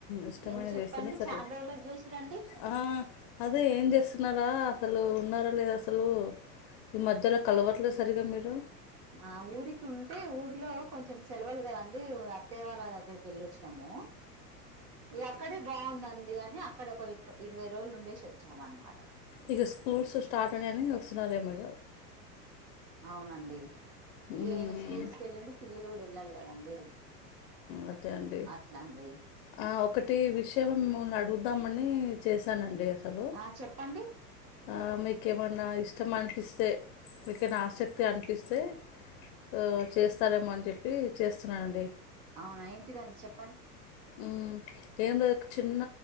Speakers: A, on the left; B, on the right.
A: ఇష్టమైన
B: ఏం చెప్పండి
A: చేస్తేనే సరే
B: చాలా రోజులకి చేసిరండి
A: ఆ అదే ఏం చేస్ వస్తున్నారా అసలు ఉన్నారా లేదా అసలు ఈ మధ్యలో కలవట్లేదు సరిగా మీరు
B: ఆ ఊరికి ఉంటే ఊర్లో కొంచెం సెలవులు కద అండి అత్తయ వాళ్ళ దగ్గరికి వెళ్ళి వచ్చినాము అక్కడే బాగుందండి అని అక్కడ ఒక ఇరవై రోజులు ఉండేసి వచ్చాం అనమాట
A: ఇక స్కూల్స్ స్టార్ట్ అనాయని వస్తున్నారు ఏమట
B: అవునండి ఇక
A: మ్మ్
B: ఈయన స్కూల్కి వెళ్ళిండు పిల్లలు కూడా వెళ్ళ వెళ్లాలి కదండి
A: అదే అండి
B: అట్లా అండి
A: ఆ ఒకటి ఈ విషయము అడుగుదామని చేస్ సానండి అసలు
B: ఆ చెప్పండి
A: ఆ మీ మీకేమన్నా ఇష్టం అనిపిస్తే మీకైనా ఆసక్తి అనిపిస్తే ఆ చేస్తారేమో అని చెప్పి చేస్తున్నానండి
B: అవునా ఏంటిదన్ చెప్
A: ఉ ఏం లే చిన్న